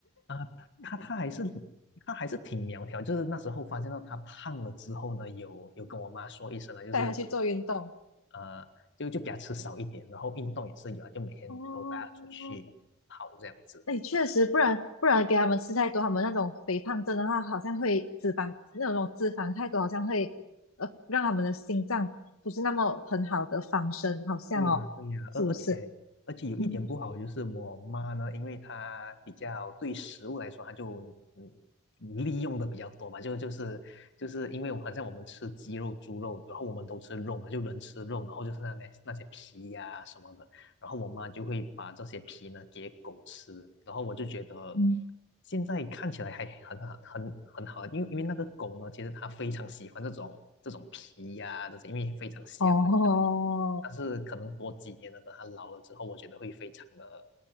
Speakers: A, on the left; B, on the left.
A: 啊，他他还是他还是挺苗条，就是那时候发现到他胖了之后呢，有有跟我妈说一声呢，就是
B: 带它去做运动？
A: 呃，就就给他吃少一点，然后运动也是有啊，就每天都带他出去跑这样子。
B: 哦，哎，确实，不然不然给他们吃太多，他们那种肥胖症的话，好像会脂肪那种脂肪太多，好像会呃让他们的心脏不是那么很好的防身，好像哦，
A: 对呀，对呀，
B: 是不是？
A: 而而且而且有一点不好就是我妈呢，
B: 嗯
A: 因为她比较对食物来说，她就嗯利用的比较多嘛，就就是就是因为我好像我们吃鸡肉、猪肉，然后我们都吃肉嘛，就人吃肉，然后就是那那那些皮呀、什么的，然后我妈就会把这些皮呢给狗吃，然后我就觉得
B: 嗯，
A: 现在看起来还很好，很很好，因为因为那个狗呢，其实它非常喜欢这种这种皮呀、这些，因为非常香。
B: 哦，
A: 但是可能多几年了，等他老了之后，我觉得会非常的